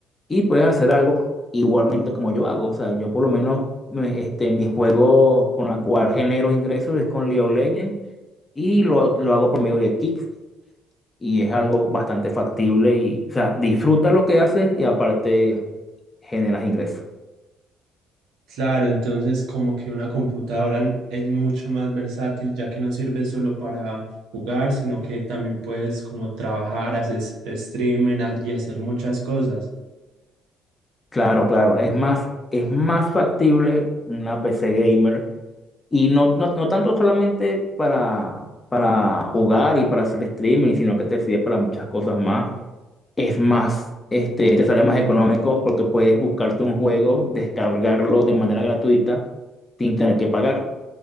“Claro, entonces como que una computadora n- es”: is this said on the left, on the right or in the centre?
Right